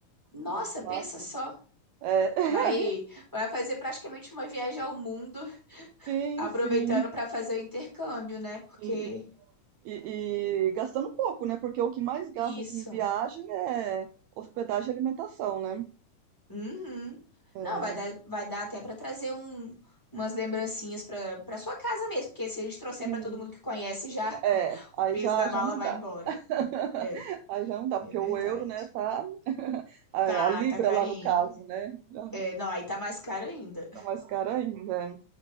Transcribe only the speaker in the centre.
Nossa,
pensa
só.
Vai, vai fazer praticamente uma viagem ao mundo,
aproveitando
pra fazer o intercâmbio, né? Porque
Isso.
Uhum.
Não, vai
dar, vai dar até pra trazer um, umas lembrancinhas pra para sua casa mesmo, porque se a gente trouxer
pra todo mundo que conhece, já
<laughs> o
peso
da
mala
vai
embora. É,
é
verdade.
Tá,
tá carinho.
É, não, aí tá mais caro ainda.